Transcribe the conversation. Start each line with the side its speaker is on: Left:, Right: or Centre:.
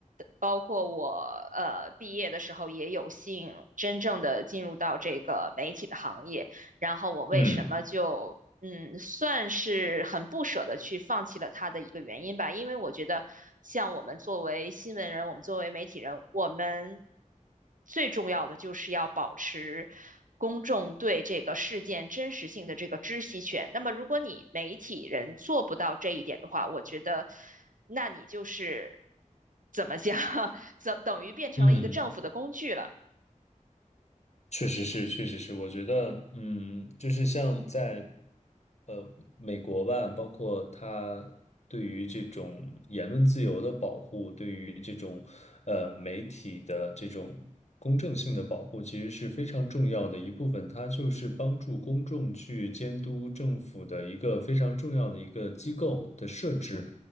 Right: 包括我呃毕业的时候也有幸真正的进入到这个媒体的行业，然后我为什么就嗯，
Left: 嗯
Right: 算是很不舍得去放弃了他的一个原因吧，因为我觉得像我们作为新闻人，我们作为媒体人，我们最重要的就是要保持。公众对这个事件真实性的这个知悉权。那么，如果你媒体人做不到这一点的话，我觉得，那你就是怎么讲，<laughs> 等等于变成了一个政府的工具了，
Left: 嗯。确实是，确实是，我觉得，嗯，就是像在，呃，美国吧，包括它对于这种言论自由的保护，对于这种，呃，媒体的这种公正性的保护，其实是非常重要的一部分。它就是帮助公众去监督政府的一个非常重要的一个机构的设置。